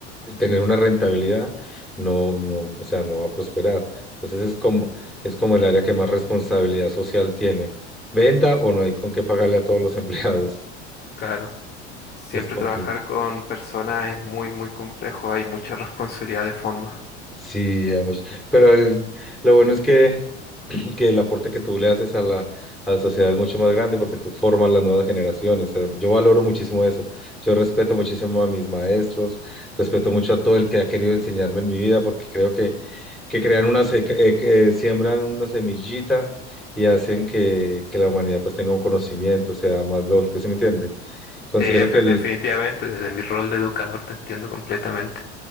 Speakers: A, in the centre; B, on the left.
A: tener una rentabilidad, no, no, o sea, no va a prosperar. Entonces es como, es como el área que más responsabilidad social tiene. Venda o no hay con qué pagarle a todos los <laughs> empleados.
B: claro. Siempre
A: Es complicado.
B: trabajar con personas es muy, muy complejo, hay mucha responsabilidad de fondo.
A: Sí, hay mucho. Pero el- lo bueno es que, <clears throat> que el aporte que tú le haces a la, a la sociedad es mucho más grande porque tú formas las nuevas generaciones. O sea, yo valoro muchísimo eso. Yo respeto muchísimo a mis maestros, respeto mucho a todo el que ha querido enseñarme en mi vida porque creo que, que crean una, se- eh, que siembran una semillita y hacen que, que la humanidad pues tenga un conocimiento, sea más lógico, ¿sí me entiende? Considero
B: Sí, efe-
A: que el
B: definitivamente, desde mi rol de educador te entiendo completamente.